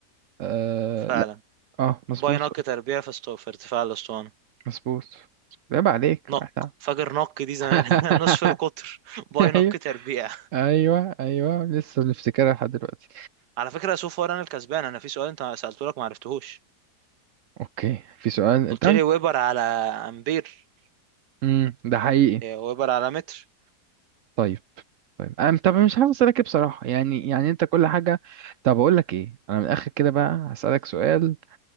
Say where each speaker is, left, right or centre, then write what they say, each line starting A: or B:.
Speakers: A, on the right (about 65°); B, on the right (about 85°).
A: آه
B: فعلا
A: لا اه مظبوط
B: باي نق تربيع في استو... في ارتفاع الاسطوانه
A: مظبوط عيب عليك
B: نق
A: احنا
B: فاكر نق دي زمان
A: <laughs>
B: <laughs> نصف القطر باي نق
A: ايوه
B: تربيع
A: ايوه ايوه لسه بنفتكرها لحد دلوقتي
B: على فكره سوف انا الكسبان انا في سؤال انت سالته لك ما عرفتهوش
A: اوكي في سؤال
B: قلت
A: طيب
B: لي ويبر على امبير
A: امم ده حقيقي
B: إيه، ويبر على متر
A: طيب طيب انا طب مش عارف اسالك إيه بصراحه يعني يعني انت كل حاجه طب اقول لك ايه انا من الاخر كده بقى هسالك سؤال